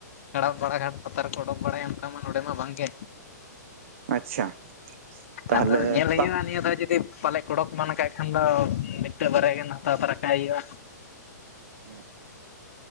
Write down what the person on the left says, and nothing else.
ᱦᱚᱲᱟᱜ ᱵᱟᱲᱟ ᱜᱷᱟᱴ ᱯᱟᱛᱟ ᱨᱮᱠᱚ ᱚᱰᱩᱠ ᱵᱟᱲᱟᱭᱟ ᱚᱱᱠᱟ ᱢᱟ ᱱᱚᱰᱮ ᱢᱟ ᱵᱟᱝ ᱜᱮ
ᱟᱫᱚ ᱧᱮᱞ ᱦᱩᱭᱩᱜ-ᱟ
ᱱᱤᱭᱟᱹ ᱫᱷᱥᱣ ᱡᱩᱫᱤ ᱯᱟᱞᱮ ᱚᱰᱚᱠ ᱮᱢᱟᱱ ᱠᱟᱜ ᱠᱷᱟᱱ ᱫᱚ ᱢᱤᱫᱴᱚᱜ ᱵᱟᱨᱭᱟ ᱜᱟᱱ ᱦᱟᱛᱟᱣ ᱛᱟᱨᱟ ᱠᱟᱜ ᱦᱩᱭᱩᱜᱼᱟ